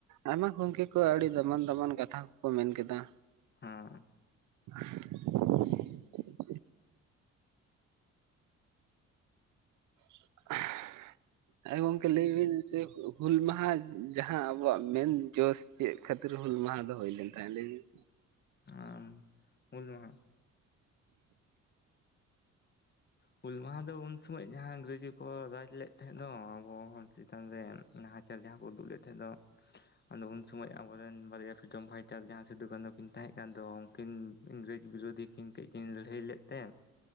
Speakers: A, on the right (about 75°); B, on the left (about 35°).
A: ᱟᱭᱢᱟ ᱜᱚᱝᱠᱮ ᱠᱚ ᱟᱹᱰᱤ ᱫᱟᱢᱟᱱ ᱫᱟᱢᱟᱱ ᱠᱟᱛᱷᱟ ᱠᱚᱠᱚ ᱢᱮᱱ ᱠᱮᱫᱟ
B: ᱦᱚᱸ
A: <inaudible> <inaudible> ᱮ ᱜᱚᱝᱠᱮ ᱞᱟᱹᱭ ᱵᱤᱱ ᱥᱮ ᱦᱩᱞ ᱢᱟᱦᱟ ᱡᱟᱦᱟᱸ ᱟᱵᱚᱣᱟᱜ ᱢᱮᱱ ᱡᱚᱥ ᱪᱮᱫ ᱠᱷᱟᱹᱛᱤᱨ ᱦᱩᱞ ᱢᱟᱦᱟ ᱫᱚ ᱦᱩᱭ ᱞᱮᱱ ᱛᱟᱦᱮᱸ ᱞᱟᱹᱭᱵᱤᱱ
B: ᱟᱢ ᱦᱩᱞ ᱢᱟᱦᱟ᱾ ᱦᱩᱞ ᱢᱟᱦᱟ ᱫᱚ ᱩᱱ ᱥᱚᱢᱚᱭ ᱡᱟᱦᱟᱸ ᱤᱝᱨᱮᱡᱤ ᱠᱚ ᱨᱟᱡᱽ ᱞᱮᱫ ᱛᱟᱦᱮᱸᱫ ᱫᱚ ᱟᱵᱚ ᱦᱚᱲ ᱪᱮᱛᱟᱱ ᱨᱮ ᱱᱟᱦᱟᱪᱟᱨ ᱡᱟᱦᱟᱸ ᱠᱚ ᱩᱫᱩᱜ ᱞᱮᱫ ᱛᱟᱦᱮᱸᱫ ᱫᱚ
A: <inaudible>
B: ᱟᱫᱚ ᱩᱱ ᱥᱚᱢᱚᱭ ᱟᱵᱚᱨᱮᱱ ᱵᱟᱨᱭᱟ ᱯᱷᱨᱤᱰᱚᱢ ᱯᱷᱟᱭᱴᱟᱨ ᱡᱟᱦᱟᱸ ᱥᱤᱫᱩ ᱠᱟᱱᱩ ᱠᱤᱱ ᱛᱟᱦᱮᱸ ᱠᱟᱱ ᱫᱚ ᱩᱱᱠᱤᱱ ᱤᱝᱨᱮᱡᱽ ᱵᱤᱨᱳᱫᱷᱤ ᱠᱤᱱ ᱠᱟᱹᱡᱽ ᱠᱤᱱ ᱞᱟᱹᱲᱦᱟᱹᱭ ᱞᱮᱫ ᱛᱮ